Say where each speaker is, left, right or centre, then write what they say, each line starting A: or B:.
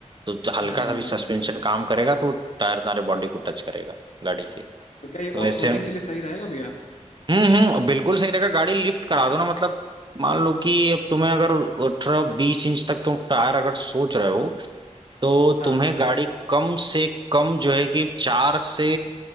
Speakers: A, on the right; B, on the left.
A: तो हल्का
B: हम्म हम्म
A: सा भी सस्पेंशन
B: हम्म
A: काम करेगा तो टायर तुम्हारे बॉडी को टच करेगा गाड़ी
B: तो क्या ये
A: तो ऐसे
B: ऑफ रोडिंग
A: हम्म
B: के लिए सही रहेगा भैया
A: हम्म बिल्कुल सही रहेगा गाड़ी लिफ्ट करा दो ना मतलब मान लो कि अब तुम्हें अगर अठारह बीस इंच तक तुम टायर अगर सोच रहे हो तो
B: हाँ
A: तुम्हें गाड़ी कम से कम जो है कि चार से